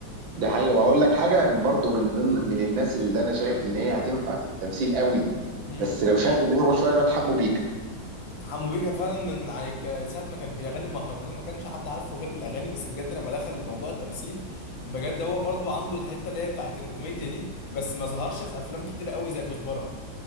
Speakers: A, on the right (about 80°); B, on the left (about 75°).
A: ده حقيقي وهقول لك حاجه برضو من ضمن من الناس اللي انا شايف ان هي هتنفع في التمثيل قوي
B: هم.
A: بس لو شغل دماغه شويه الواد حمو بيكا
B: حمو بيكا فعلا من يعني ك- ساعة ما كان بيغني مهرجانات ما كانش حد عارفه غير بالأغاني بس بجد لما دخل موضوع التمثيل بجد هو برضو عنده الحتة اللي هي بتاعت الكوميديا دي بس ما ظهرش في أفلام كتير قوي زي كزبرة